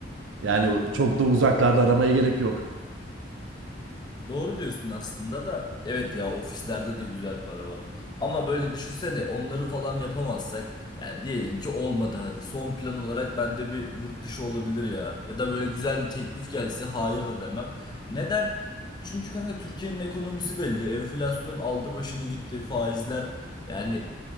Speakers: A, on the right; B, on the left.
A: Yani çok da uzaklarda aramaya gerek yok.
B: Doğru diyorsun aslında da evet ya ofislerde de güzel para var. Ama böyle düşünsene onları falan yapamazsak yani diyelim ki olmadı hadi son plan olarak bende bir yurt dışı olabilir ya. Ya da böyle güzel bir teklif gelse hayır da demem. Neden? Çünkü kanka Türkiye'nin ekonomisi belli. Enflasyon aldı başını gitti. Faizler yani